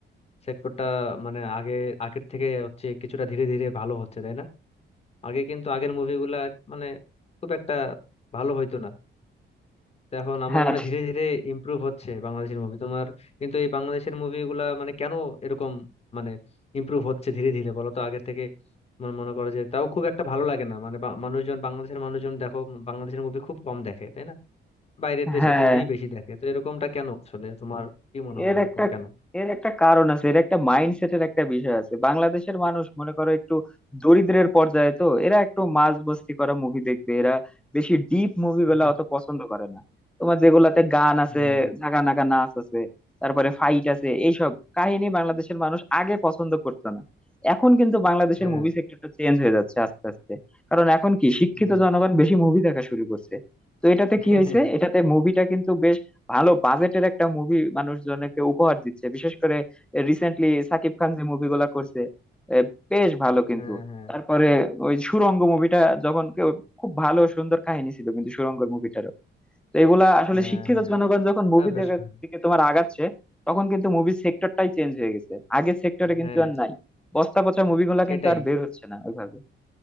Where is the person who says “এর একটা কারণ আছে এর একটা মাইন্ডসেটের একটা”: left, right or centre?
Centre